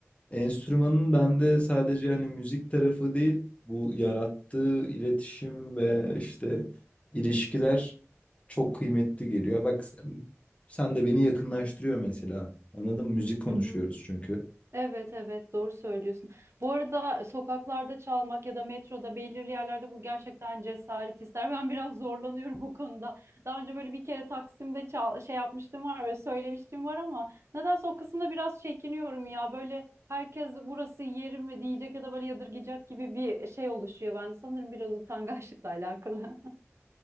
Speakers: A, on the left; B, on the right.
A: Enstrümanın bende sadece hani müzik tarafı değil, bu yarattığı iletişim ve işte ilişkiler çok kıymetli geliyor. Bak sen, sen de beni yakınlaştırıyor mesela. Anladın mı? Müzik konuşuyoruz
B: Hı hı.
A: çünkü.
B: Evet evet doğru söylüyorsun. Bu arada sokaklarda çalmak ya da metroda belirli yerlerde bu gerçekten cesaret ister. Ben biraz zorlanıyorum <laughs> bu konuda. Daha önce böyle bir kere Taksim'de çal şey yapmıştım var ve söylemiştim var ama nedense o kısımda biraz çekiniyorum ya. Böyle herkes burası yerim mi diyecek ya da böyle yadırgayacak gibi bir şey oluşuyor bende. Sanırım biraz utangaçlıkla alakalı.